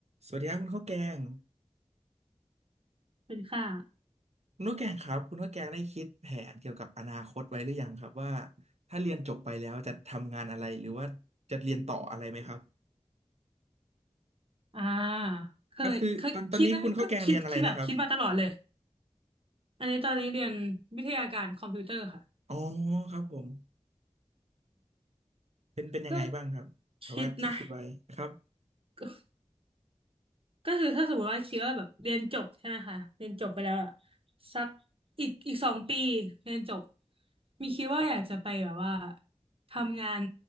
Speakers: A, on the right; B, on the right.
A: สวัสดีครับคุณข้าวแกง
B: เป็นค่า
A: คุณข้าวแกงครับคุณข้าวแกงได้คิดแผนเกี่ยวกับอนาคตไว้หรือยังครับว่าถ้าเรียนจบไปแล้วจะทำงานอะไรหรือว่าจะเรียนต่ออะไรไหมครับ
B: อ่าเคยเคยคิดนะก็คิดคิดแบบคิดมาตลอดเลย
A: ก็คือตอนตอนนี้คุณข้าวแกงเรียนอะไรนะครับ
B: อันนี้ตอนนี้เรียนวิทยาการคอมพิวเตอร์ค่ะ
A: อ๋อครับผมเป็นเป็นยังไงบ้างครับแต่ว่าที่คิดไว้ครับ
B: ก็คิดนะ ก็ก็คือถ้าสมมติว่าคิดว่าแบบเรียนจบใช่ไหมคะ เรียนจบไปแล้วอะสักอีกอีกสองปีเรียนจบ มีคิดว่าอยากจะไปแบบว่าทำงาน